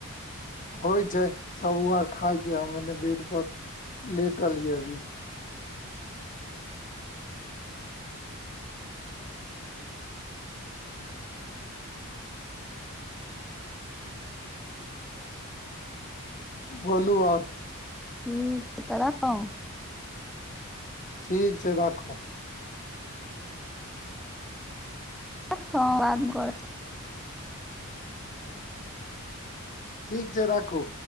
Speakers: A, on the left; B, in the centre.
A: होइ छै सब ओ आर खाय छै हम एने बेड पर लेटलहियै अभी। बोलू आओर।
B: हुॅं तऽ रखू।
A: ठीक छै राखू।
B: रखौ बात करब।
A: ठीक छै राखू।